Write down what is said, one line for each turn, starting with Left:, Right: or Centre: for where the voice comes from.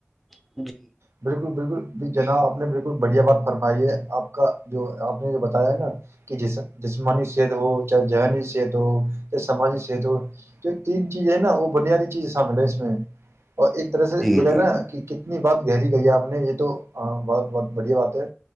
Centre: ج <inaudible>
Right: بالکل بالکل ج جناب آپ نے بالکل بڑھیا بات فرمائی ہے آپ کا جو آپ نے جو بتایا ہے نا کہ جسمانی صحت ہو چاہے ذہنی صحت ہو چاہے سماجی صحت ہو جو تین چیزیں ہیں نا وہ بنیادی چیزیں شامل ہے اس میں اور ایک طرح سے
Centre: جی
Right: دیکا
Centre: جی
Right: نا کہ کتنی بات گہری کہی آپ نے یہ تو بہت بہت بڑھیا بات ہے